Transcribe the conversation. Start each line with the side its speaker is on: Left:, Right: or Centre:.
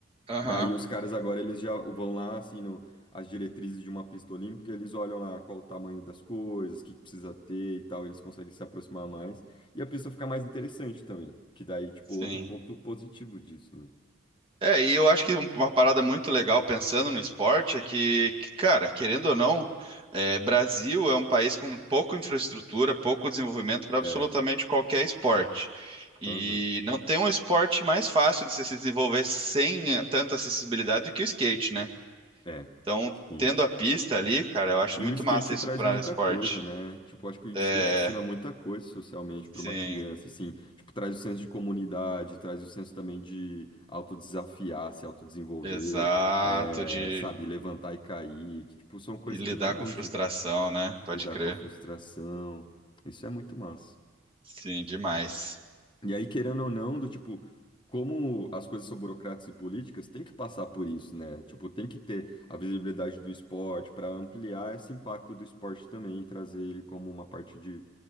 Right: Aham.
Left: Daí os caras agora eles já vão lá, assinam as diretrizes de uma pista olímpica, eles olham lá qual o tamanho das coisas, o que que precisa ter e tal, eles conseguem se aproximar mais. E a pista fica mais interessante também, que daí, tipo,
Right: Sim.
Left: outro ponto positivo disso, né?
Right: É, e eu acho que um- uma parada muito legal pensando no esporte é que, que, cara, querendo ou não, é, Brasil é um país com pouca infraestrutura, pouco desenvolvimento para absolutamente
Left: É,
Right: qualquer esporte. E
Left: aham,
Right: não tem um esporte mais fácil de se se desenvolver sem eh, tanta acessibilidade que o skate, né?
Left: é,
Right: Então,
Left: sim.
Right: tendo a pista ali, cara, eu acho
Left: E
Right: muito
Left: o skate
Right: massa isso
Left: traz
Right: para
Left: muita
Right: esporte.
Left: coisa, né? Tipo, acho que o
Right: É,
Left: skate ensina muita coisa socialmente para
Right: sim,
Left: uma criança, assim. Tipo, traz o senso de comunidade, traz o senso também de autodesafiar, se autodesenvolver,
Right: exato,
Left: é,
Right: de
Left: sabe, levantar e cair. Que, tipo, são coisas
Right: e lidar
Left: que realmente
Right: com frustração, né? Pode
Left: lidar
Right: crer.
Left: com a frustração. Isso é muito massa.
Right: Sim, demais.
Left: E aí, querendo ou não, do tipo, como as coisas são burocráticas e políticas, tem que passar por isso, né? Tipo, tem que ter a visibilidade do esporte para ampliar esse impacto do esporte também, e trazer ele como uma parte de